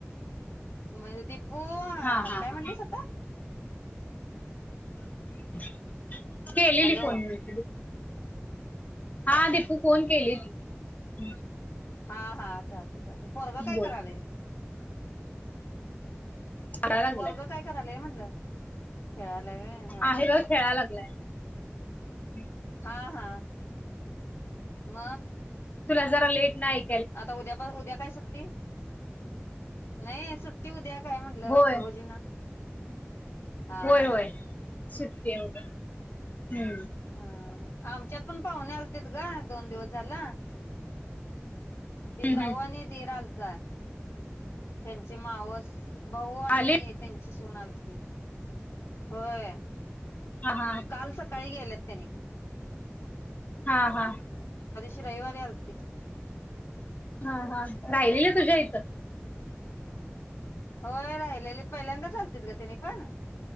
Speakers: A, on the left; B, on the left.
A: म्हणजे दीपू अ
B: हा हा
A: काय म्हणलीस
B: हा
A: आता?
B: लाल लाल कलरची केलेली
A: हॅलो
B: फोन मी दिप हा दीपू फोन केली होती <inaudible>
A: हा, हा चाल पोरग काय
B: बोल
A: करायलय
B: खेळायला लागलाय
A: <inaudible> पोरग काय करालाय म्हनलं, खेळायलाय व्हय हा
B: आहे
A: हा.
B: ग खेळायला <inaudible>
A: हा, हा म
B: तुला जरा लेट नाही
A: आता उद्या प उद्या काय सुट्टी नाही सुट्टी उद्या काय म्हंटलं
B: होय
A: भाऊजींना हा
B: होय,
A: हा
B: होय सुट्टी आहे उद्या हम्म
A: हा आमच्यात पण पाहुणे आलत ग दोन दिवस झाल ते
B: हम्म
A: जाऊ
B: हम्म
A: आणि दिर आलत त्यांची मावस भाऊ आणि
B: आली
A: त्यां सुन आलती होय
B: हा हा
A: मग काल सकाळी गेलेत तेनी
B: हा, हा
A: रविवारी कि
B: हा हा राहिलीय तुझ्या इ तर
A: होय राहिलेली पहिल्यांदा चा आलती ग तने पण